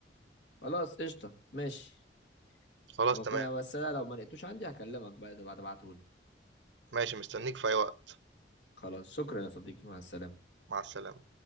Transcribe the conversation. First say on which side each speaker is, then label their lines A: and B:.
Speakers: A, on the left; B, on the right.
A: خلاص قشطة ماشي
B: خلاص
A: ممكن
B: تمام،
A: بس أنا لو ما لقيتوش عندي هكلمك بقى تبقى تبعتهولي
B: ماشي مستنيك في أي وقت،
A: خلاص شكرا يا صديقي مع السلامة
B: مع السلامة.